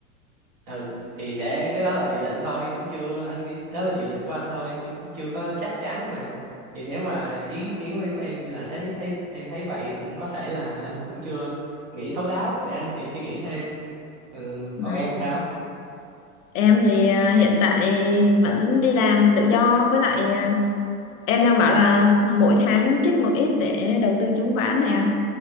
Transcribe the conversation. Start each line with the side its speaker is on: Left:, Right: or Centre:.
Right: ừ thì để cái đó là dự định thôi cũng chưa anh cái đó là dự định của anh thôi chứ cũng chưa có chắc chắn mà thì nếu mà ý kiến của em là thấy thấy em thấy vậy thì cũng có thể là anh cũng chưa nghĩ thấu đáo để anh suy suy nghĩ thêm ừ,
Left: Ừ.
Right: còn em sao
Left: Em thì à, hiện tại vẫn đi làm tự do với lại à, em đang bảo là mỗi tháng trích một ít để đầu tư chứng khoán nè